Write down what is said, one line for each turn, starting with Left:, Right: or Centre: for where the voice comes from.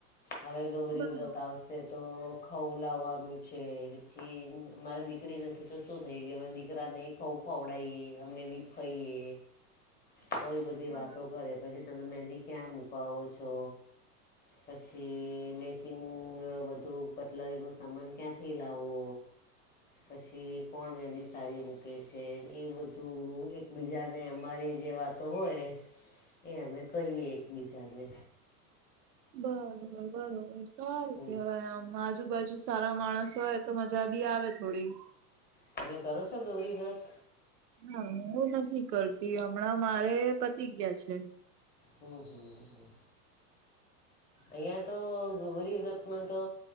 Left: હવે ગૌરી
Right: બરોબર
Left: વ્રત આવશે તો ખઉ લાવવાનું છે પછી મારી દીકરી નથી તો શું થઈ ગઈ દીકરી દીકરાને ખ ખવડએ અમે બી ખાઈએ તો એ બધી
Right: બરોબર
Left: વાતો કરે. પછી તમે મહેંદી ક્યાં મૂકાવો છો પછી મેચિંગ બધું કટલરીનું સામાન ક્યાંથી લાવો પછી કોણ મહેંદી સારી મૂકે છે એ બધું એકબીજાને અમારી જે વાત તો હોય એ અમે કહીએ એકબીજાને.
Right: બરોબર બરોબર, સારું
Left: હમ
Right: કેવાય આમ આજુબાજુ સારા માણસ હોય તો મજા બી આવે થોડી.
Left: તમે કરો છો ગૌરી વત?
Right: ના હું નથી કરતી હમણાં મારે પતી ગયા છે.
Left: હમ્મ, હમ્મ, હમ્મ. અહીયાં તો ગોરી વ્રતમાં તો